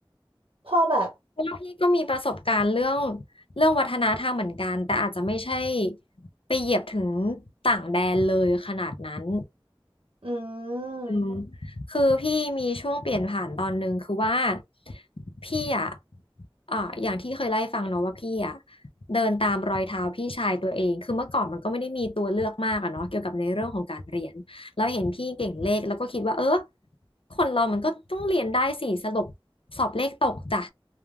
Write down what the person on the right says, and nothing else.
พอแบบ
อืม